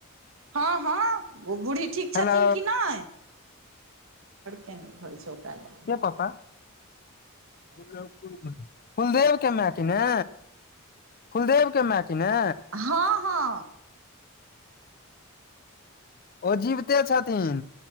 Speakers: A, on the right; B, on the left.
A: हँ हँ ओ बूढ़ी ठीक छथिन
B: हेलो
A: कि नहि केना होइ छै ओकरा ल
B: ए पापा ओ करू फुलदेव के मायक ने फुलदेव के माय के ने
A: हँ हँ
B: ओ जीविते छथिन